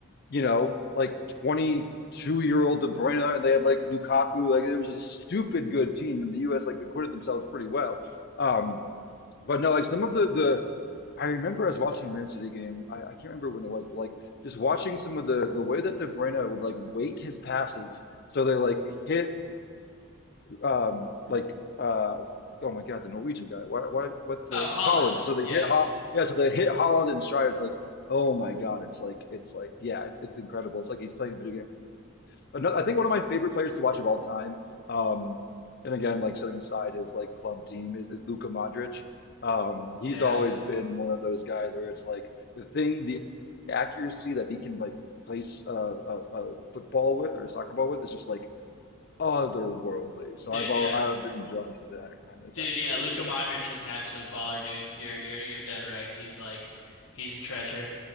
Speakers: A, on the left; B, on the left.
A: you know like 22 year old De Bruyne and they had like Lukaku. Like it was a stupid good team, and the U.S. like acquitted themselves pretty well. Um. But no, like some of the the I remember I was watching a Man City game. I, I can't remember when it was, but like just watching some of the the way that De Bruyne would like weight his passes so they like hit um like uh oh my God the Norwegian guy why why what the
B: Oh, Holland.
A: Holland so they
B: Yeah.
A: hit Hol yeah so they hit Holland and Strides like oh my God it's like it's like yeah it's it's incredible it's like he's playing a video game. Another, I think one of my favorite players to watch of all time, um, and again, like setting aside his like club team, is, is Luka Modric. Um, he's
B: Yeah.
A: always been one of those guys where it's like the thing, the accuracy that he can like place a, a, a football with or a soccer ball with is just like otherworldly. So
B: Dude,
A: I've all,
B: yeah.
A: I've been drawn to that kind of
B: Dude,
A: guy
B: yeah,
A: too.
B: Luka
A: Yeah.
B: Modric is an absolute baller, dude. You're you're you're dead right. He's like he's a treasure.